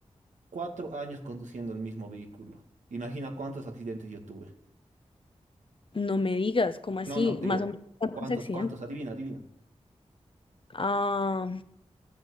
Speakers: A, on the right (about 80°); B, on the left (about 45°).
A: Cuatro años conduciendo el mismo vehículo. Imagina cuántos accidentes yo tuve.
B: No me digas, ¿cómo así?
A: No, no, te
B: Más
A: digo,
B: o menos cuántos
A: cuántos,
B: accidentes.
A: cuántos, adivina, adivina.
B: Ah,